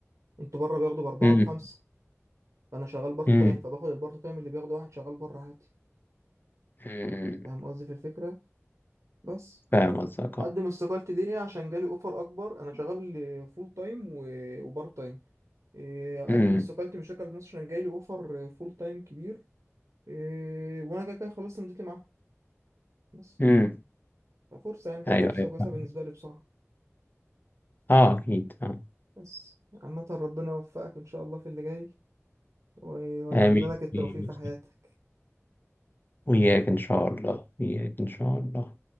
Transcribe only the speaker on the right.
انتوا بره بياخدوا باربعه
وخمسه فانا شغال بارت
تايم فباخد البارت تايم اللي بياخده واحد شغال بره عادي
فاهم قصدي في الفكرة بس
أقدم
استقالتي ليه عشان جالي أوفر أكبر أنا شغال فول تايم و- وبارت تايم إيه،
أقدم استقالتي من الشركة اللي في مصر عشان جالي أوفر فول تايم كبير إيه، وأنا كده كده خلصت مدتي معاه بس
ففرصة يعني كانت
فرصة
كويسة
بالنسبة لي بصراحة
بس عامة ربنا يوفقك إن شاء الله في اللي جاي و- وأتمنى
لك التوفيق
في حياتك